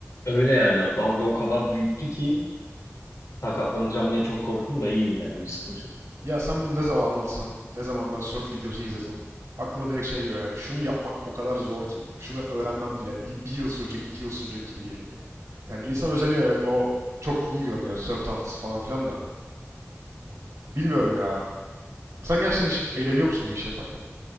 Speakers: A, on the left (about 90°); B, on the right (about 85°).
A: Öyle yani dalga o kadar büyüktü ki sakatlanacağım diye çok korktum da iyiyim yani bir sıkıntı yok.
B: Ya sen bunu ne zaman anlatsan, ne zaman ben surf videosu izlesem, aklıma direkt şey geliyor yani şunu yapmak o kadar zor ki. Şunu öğrenmem bile bir, bir yıl sürecek, iki yıl sürecek gibi geliyor. Yani insan özeniyor evet o çok cool görünüyor surf tahtası falan filan da. Bilmiyorum ya. Sen gerçekten hiç eğleniyor musun bu işi yaparken?